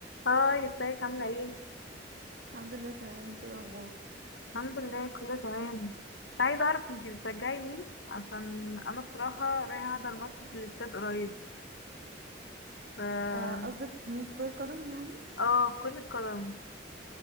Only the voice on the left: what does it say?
هاي ازيك عاملة ايه؟
الحمد لله كله تمام كنت عايزة اعرف انتي بتشجعي مين عشان انا بصراحة رايحة احضر ماتش في الاستاد قريب ف
اه كرة قدم